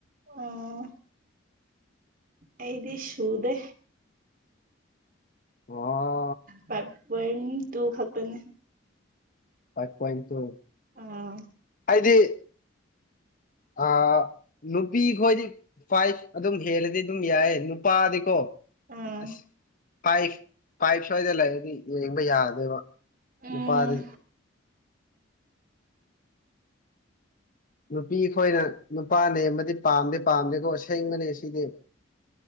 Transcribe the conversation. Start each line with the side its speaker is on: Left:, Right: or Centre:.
Right: ꯑꯣ ꯑꯩꯗꯤ ꯁꯨꯗꯦ
Left: ꯑꯣ
Right: ꯄ ꯄꯝ ꯇꯨꯡ ꯈꯥꯛꯇꯅꯤ
Left: ꯐꯥꯢꯐ ꯄꯣꯢꯟ ꯇꯨ
Right: ꯑꯥ
Left: ꯍꯥꯏꯗꯤ
Right: <inaudible>
Left: ꯑ ꯅꯨꯄꯤ ꯈꯣꯏꯗꯤ ꯐꯥꯏꯚ ꯑꯗꯨꯝ ꯍꯦꯜꯂꯗꯤ ꯑꯗꯨꯝ ꯌꯥꯏꯌꯦ ꯅꯨꯄꯥꯗꯤꯀꯣ
Right: ꯑꯥ
Left: ꯑꯁ ꯐꯥꯏꯚ ꯐꯥꯏꯚ ꯁ꯭ꯋꯥꯏꯗ ꯂꯩꯔꯗꯤ ꯌꯦꯡꯕ ꯌꯥꯗꯦꯕ
Right: ꯎꯝ
Left: ꯅꯨꯄꯥꯗꯤ ꯅꯨꯄꯤ ꯑꯩꯈꯣꯏꯅ ꯅꯨꯄꯥ ꯅꯦꯝꯕꯗꯤ ꯄꯥꯝꯗꯤ ꯄꯥꯝꯗꯦꯀꯣ ꯑꯁꯦꯡꯕꯅꯦ ꯁꯤꯗꯤ